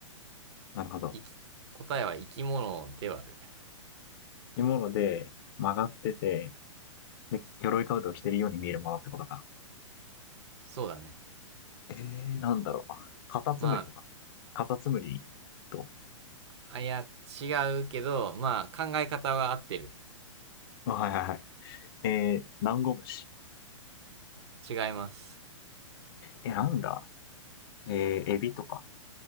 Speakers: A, on the left (about 45°); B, on the right (about 55°).
A: なるほど。
B: いき、答えは生き物ではある。
A: いうもので、曲がってて、で、鎧兜を着てるように見えるものってことか。
B: そうだね。
A: えー、なんだろう。カタツムリとか。
B: ま
A: カタツムリと。
B: あ、あ、いや、違うけど、まあ、考え方は合ってる。
A: あはいはいはい。えー、ダンゴムシ。
B: 違います。
A: え、なんだえー、エビとか。